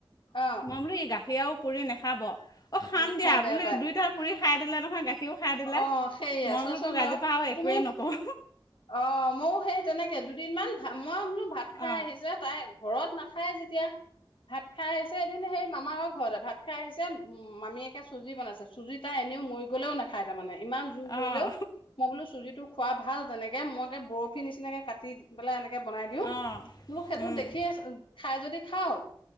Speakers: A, on the left; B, on the left.
A: অ
B: মই বোলো সি গাখীৰো আৰু পুৰি নাখাব অ' খাম
A: নাখাই
B: দিয়া
A: বেয়া
B: বুলি
A: পায়
B: দুইটা পুৰি খাই দিলে নহয়, গাখীৰো খাই দিলে,
A: অ', সেইয়া
B: মই
A: চোৱাচোন
B: বোলো তোক
A: বাৰু
B: আজিৰপা আৰু একোৱে
A: তুমি
B: নকও।
A: অ' ময়ো সেই তেনেকে দুদিনমান মই বোলো ভাত
B: অঁ
A: খাই আহিছে তাই ঘৰ ঘৰত নাখায় যেতিয়া ভাত খাই আহিছে এদিন সেই মামা ঘৰতে ভাত খাই আহিছে, মামীয়েকে চুজি বনাইছে চুজি তাই এনেও মৰি গ'লেও নাখায় তাৰ মানে ইমান জোৰ
B: অঁ
A: কৰিলেও মই বোলো চুজিটো খোৱা ভাল তেনেকে মই একে বৰ নিচিনাকে কাটি পেলে এনেকে বনাই দিও
B: অঁ
A: বোলো সেইটো
B: অঁ
A: দেখিয়ে আছিলো খাই যদি খাওক